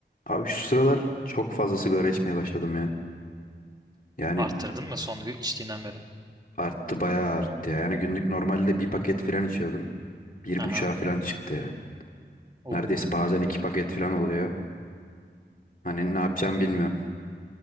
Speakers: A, on the left (about 45°); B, on the right (about 20°).
A: Abi şu sıralar çok fazla sigara içmeye başladım ya. Yani
B: Artırdın mı son gö- içtiğinden beri?
A: arttı bayağı arttı ya. Yani günlük normalde bir paket falan içiyordum. Bir
B: Aha.
A: buçuğa falan çıktı ya.
B: Oo.
A: Neredeyse bazen iki paket falan oluyor. Hani ne yapacağım bilmiyorum.